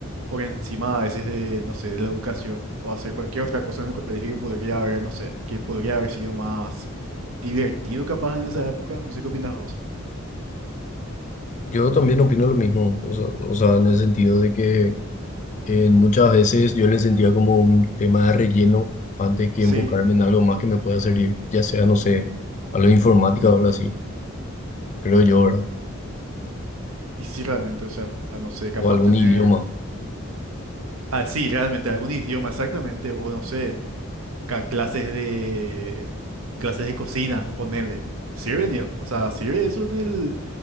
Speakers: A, on the right; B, on the left.
A: por encima a veces de, no sé, de la educación o hacer cualquier otra cosa en el colegio que podría haber, no sé, que podría haber sido más divertido capaz en esa época. No sé qué opinas vos.
B: Yo también opino lo mismo, o sea, o sea, en el sentido de que en muchas veces yo le sentía como un tema de relleno antes que
A: Sí.
B: enfocarme en algo más que me pueda servir, ya sea, no sé, algo de informática o algo así, creo yo, ¿verdad?
A: Y sí, realmente, o sea, no sé, capaz
B: O algún
A: tener,
B: idioma,
A: ah, sí, realmente algún idioma exactamente, o no sé, ca- clases de, clases de cocina, ponele. Sirve, niño, O sea, sirve eso en el,